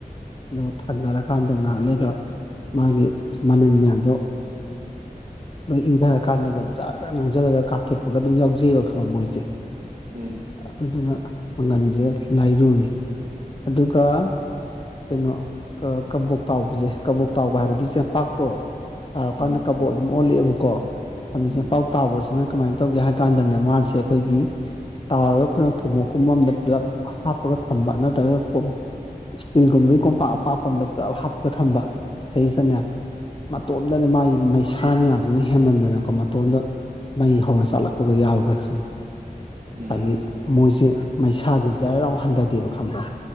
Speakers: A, on the left (about 35°); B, on the right (about 60°).
A: ꯑꯗꯨꯒ ꯊꯥꯡꯅꯔꯀꯥꯟꯗ ꯉꯥꯜꯂꯒ ꯃꯥꯒꯤ ꯃꯅꯤꯟ ꯃꯌꯥꯝꯗꯣ ꯂꯣꯏ ꯏꯪꯊꯔ ꯀꯥꯟꯗꯒꯥ ꯖꯔꯒ ꯉꯥꯡꯁꯤꯜꯂꯒ ꯀꯥꯊꯦꯛꯄꯒ ꯑꯗꯨꯝ ꯌꯥꯎꯖꯩꯑꯕ ꯈꯪꯕ ꯃꯣꯏꯁꯦ
B: ꯎꯝ
A: ꯑꯗꯨꯗꯨꯅ ꯃꯪꯒꯟꯁꯦ ꯂꯥꯏꯔꯨꯅꯤ ꯑꯗꯨꯒ ꯀꯩꯅꯣ ꯑ ꯀꯕꯣꯛ ꯇꯥꯎꯕꯁꯦ ꯀꯕꯣꯛ ꯇꯥꯎꯕ ꯍꯥꯏꯕꯗꯤ ꯆꯦꯝꯄꯥꯛꯇꯣ ꯇꯥꯎꯔꯀꯥꯟꯗ
B: ꯎꯝ
A: ꯀꯕꯣꯛ ꯑꯗꯨꯝ ꯑꯣꯜꯂꯛꯑꯦꯕꯀꯣ ꯑꯗꯨ
B: ꯎꯝ
A: ꯆꯦꯝꯄꯥꯎ ꯇꯥꯎꯕꯁꯤꯅ ꯀꯃꯥꯏꯅ ꯇꯧꯒꯦ ꯍꯥꯏ ꯀꯥꯟꯗꯅꯦ ꯃꯥꯁꯦ ꯑꯩꯈꯣꯏꯒꯤ ꯇꯥꯎꯔꯒ ꯑꯩꯈꯣꯏꯅ ꯊꯨꯃꯣꯛ ꯀꯨꯝꯕ ꯑꯝꯗ ꯄꯨꯜꯂꯞ ꯍꯥꯞꯄꯒ ꯊꯝꯕ ꯅꯠꯇ꯭ꯔꯒ ꯀꯣꯝ ꯏꯜꯇꯤꯜꯒꯨꯝꯕꯒꯤ ꯀꯣꯝꯄꯥꯛ ꯑꯄꯥꯛꯄ ꯑꯝꯗ ꯄꯨꯂꯞ ꯍꯥꯞꯄꯒ ꯊꯝꯕ ꯆꯍꯤꯁꯤꯅꯦ ꯃꯇꯣꯝꯗꯅ ꯃꯥꯒꯤ ꯃꯩꯁꯥ ꯃꯌꯥꯝꯁꯤꯅ ꯍꯦꯃꯟꯗꯅꯀꯣ ꯃꯇꯣꯝꯗ ꯃꯩ ꯍꯧꯔ ꯆꯥꯛꯠꯂꯛꯄꯒ ꯌꯥꯎꯈ꯭ꯔꯦ ꯈꯪꯕ
B: ꯎꯝ
A: ꯉꯁꯥꯏꯒꯤ ꯃꯣꯏꯁꯦ ꯃꯩꯁꯥꯁꯦ ꯖꯔ ꯂꯥꯎ ꯍꯟꯗꯗꯦꯕ ꯈꯪꯕ꯭ꯔꯥ